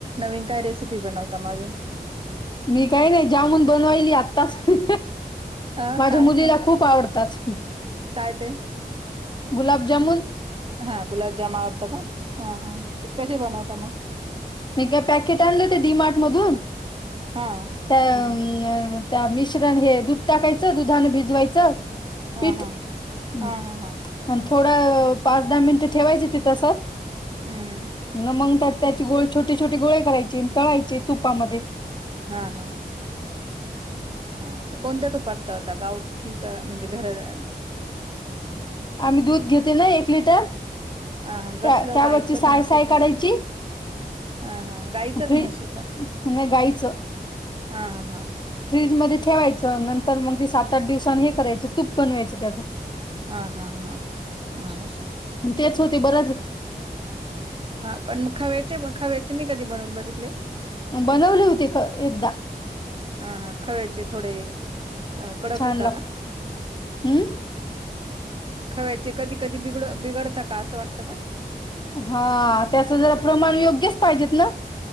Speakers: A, on the right; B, on the left.
A: नवीन काय रेसिपी बनवता अजून
B: मी कांहीं नाहीं जामुन बनवायली आत्ताचं
A: अ
B: माझ्या
A: काय
B: मुलीला खूप आवडतात.
A: काय ते
B: गुलाबजामुन
A: हा गुलाबजाम आवडतं का हा हा कशे बनवता मंग
B: मी का पॅकेट आणलं होतं ते डीमार्ट मधून
A: हा हम्म
B: त्यां त्यां मिश्रण हे दूध टाकायचं दुधानं भिजवायचं
A: हा
B: पीठ
A: हा
B: आणि
A: हा हम हम
B: थोडं पांच दहा मिनिटं ठेवायचं ते तसंच
A: हम्म हम्म
B: मंग त्यात त्यांची गोळे छोटे छोट गोळे करायचे तळायचे तुपा मध्यें
A: हा हाा असं कोणत्या तूपात तळतात गावरान ठीक आहे म्हणजे घरांला
B: आम्हीं दूध घेते ना एक लिटर
A: हा हा
B: त्या
A: कसल
B: त्यावरची
A: गायचं
B: साय
A: की म्हशीच
B: साय काढायची
A: हा हा गायचं
B: फ्री
A: की म्हशीचा
B: नाही गाईचं
A: हा ह हा
B: फ्रिज मध्यें ठेवायचं नंतर मंग ते सात आठ दिवसात त्यांचं तूप बनवायचं त्याचं
A: हा हा हा हा असं
B: तेचं होतें बराच
A: हा पण मग खव्याचे खव्याचे नाही कधी बनवून बघितले.
B: बनवले होतें एकदा
A: हा हा खरंच थोडे कडक
B: छान
A: होता
B: लागत
A: कां
B: हम्
A: खवायचे कधी कधी बिड बिघडतात का असं वाटतं नां
B: हा त्याचं जरा प्रमाण योग्यच पाहिजेत नां